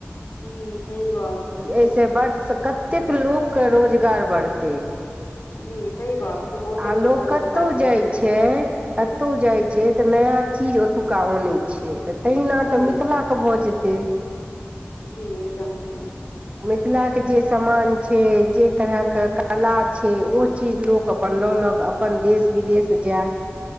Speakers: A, on the left; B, on the right.
A: जी सही गप। छै
B: ए से बड स कतेक लोक के रोजगार बढ़तै।
A: जी सही गप छै बहुतेक
B: आ लोक
A: के रोजगार
B: कतौ
A: भेट
B: जाये
A: जायत
B: छै कतौ जाय छै तऽ नया चीज ओतुका आनै छै तऽ तहिना
A: जी
B: तऽ मिथला कऽ भ जेतै।
A: जी एकदम से।
B: मिथलाके जे समान छै, जे तरह के कला छै ओ चीज लोक अपन लऽ-लऽ कऽ अपन देश-विदेश जाय।